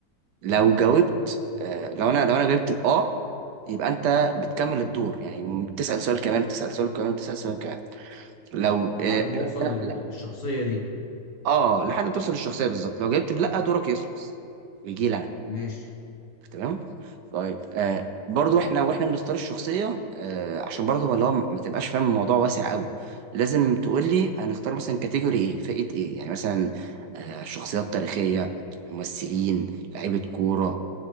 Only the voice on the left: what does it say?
لحد
ما
اوصل
لل-
للشخصية دي
ماشي